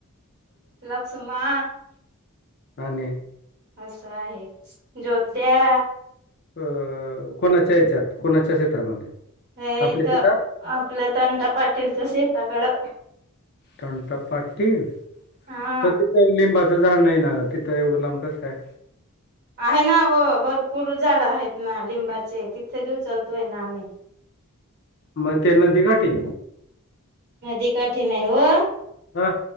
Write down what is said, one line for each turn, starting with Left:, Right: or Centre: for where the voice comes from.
Right: लकसुमा
Left: हाणे
Right: असं आहे ज्योत्या
Left: अ कोणाच्या याच्यात कोणाच्या क्षेत्रामध्ये
Right: हे
Left: आपल्या
Right: इथं
Left: शेतात
Right: आपल्या तंटा पाटीलच्या शेताकडं
Left: टंटा पाटील
Right: हा
Left: प तिचा लिंबा तं जाण नाही ना तिथं एवढं लांकंच काय
Right: आहे ना व भरपूर झाड आहेत ना लिंबाचे तिथे दिऊचलतोय ना आम्ही
Left: मग नदीकाठी ते
Right: नदी काठी नाही व
Left: हा